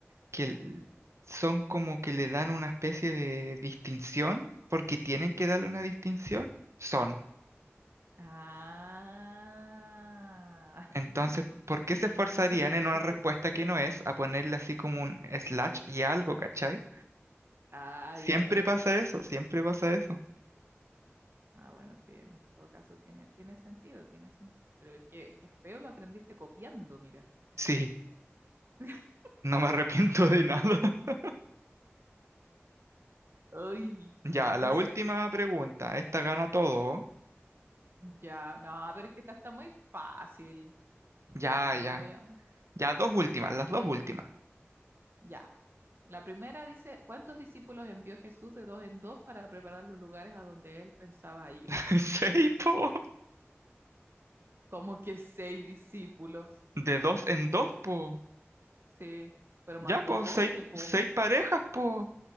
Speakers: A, on the right (about 85°); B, on the right (about 55°).
A: que l- son como que le dan una especie de distinción, porque tienen que darle una distinción, son.
B: Ah,
A: Entonces, ¿por
B: <laughs>
A: qué se esforzarían
B: eso lo aprendiste
A: en una respuesta
B: copiando.
A: que no es a ponerle así como un slash y algo, ¿cachai?
B: Ah,
A: Siempre
B: ya, ya,
A: pasa
B: ya, ya.
A: eso, siempre pasa eso.
B: Ah, bueno, sí, en todo caso tiene, tiene sentido, tiene sentido. Pero qué, qué feo lo aprendiste copiando, mira.
A: Sí,
B: <laughs>
A: no me arrepiento de nada. <laughs>
B: Ay,
A: Ya,
B: dice,
A: la última pregunta, esta gana todo. ¿oh?
B: ya, no, pero es que esta está muy fácil.
A: Ya,
B: No, ya,
A: ya.
B: voy a...
A: Ya, dos últimas, las dos
B: Esta,
A: últimas.
B: ya. La primera dice, ¿cuántos discípulos envió Jesús de dos en dos para preparar los lugares a donde él pensaba ir?
A: <laughs> Seis, po.
B: Como que seis discípulos.
A: De dos en dos, po.
B: Sí, pero
A: Ya,
B: mandó
A: po,
B: 12
A: seis,
B: po.
A: seis parejas, po.